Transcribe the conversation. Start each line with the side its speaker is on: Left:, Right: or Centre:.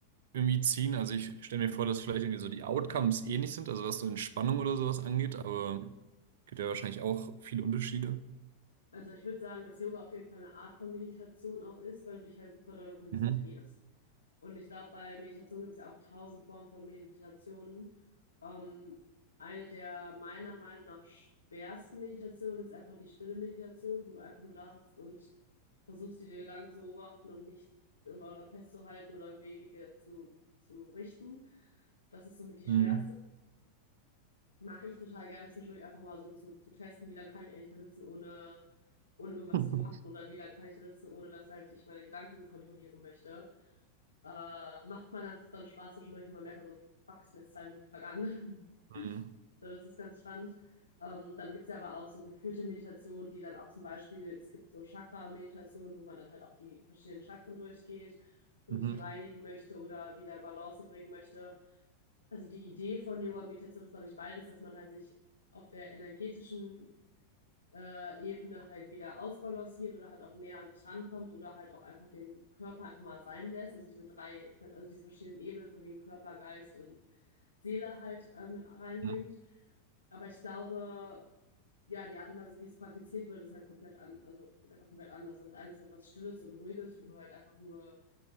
Right: irgendwie ziehen? Also ich stelle mir vor, dass vielleicht irgendwie so die Outcomes ähnlich sind, also was so Entspannung oder sowas angeht, aber gibt ja wahrscheinlich auch viele Unterschiede.
Left: Also ich würde sagen, dass Yoga auf jeden Fall eine Art von Meditation auch ist, weil du dich halt super dolle konzentrierst.
Right: Mhm.
Left: Und ich glaube, bei Meditation gibt es ja auch tausend Formen von Meditationen. Ähm, eine der meiner Meinung nach schwersten Meditationen ist einfach die stille Meditation, wo du einfach nur da sitzt und versuchst, die Gedanken zu beobachten und nicht irgendwann daran festzuhalten oder Wege zu, zu richten. Das ist somit die schwerste.
Right: Mhm.
Left: Mache ich total gerne zwischendurch einfach mal so, um zu, zu testen, wie lange kann ich eigentlich da sitzen, ohne, ohne irgendwas
Right: <laughs>
Left: zu machen oder wie lange kann ich da sitzen, ohne dass halt ich meine Gedanken kontrollieren möchte. Äh, macht mal ganz dann Spaß zwischendurch und man merkt dann so, fuck, es sind jetzt zwei Minuten vergangen. <laughs>
Right: Mhm.
Left: So, das ist ganz spannend. Ähm, dann gibt's ja aber auch so geführte Meditationen, die dann auch zum Beispiel, es gibt so Chakra-Meditationen, wo man dann halt auch die verschiedenen Chakren durchgeht und
Right: Mhm.
Left: die reinigen möchte oder wieder in Balance bringen möchte also die Idee von Yoga Meditation ist, glaube ich, beides, dass man halt sich auf der energetischen äh, Ebene halt wieder ausbalanciert oder halt auch näher an sich rankommt oder halt auch einfach den Körper einfach mal sein lässt. Also diese drei, also diese verschiedenen Ebenen von wegen Körper, Geist und Seele halt äh, mit reinbringt.
Right: Mhm.
Left: Aber ich glaube, ja, die Art und Weise, wie es praktiziert wird, ist halt komplett an, also ist einfach komplett anders. Weil das eine ist halt was Stilles und Ruhiges, wo du halt einfach nur